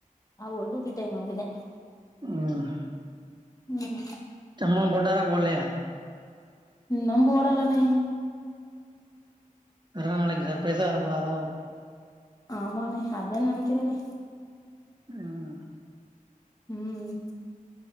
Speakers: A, on the left; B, on the right.
A: அவுகள் டூட்டி டைம் அப்டிதே
B: ம்
A: ம்
B: சம்பளம் போட்டாரா போட்லையா
A: இன்னம் போடல ணே
B: அதா நாளக்கி சர்ப்ரைஸா வரப்போறாரோ
A: ஆமாண்ணே அதே நெனக்கிறெண்ணே
B: ம்
A: ம்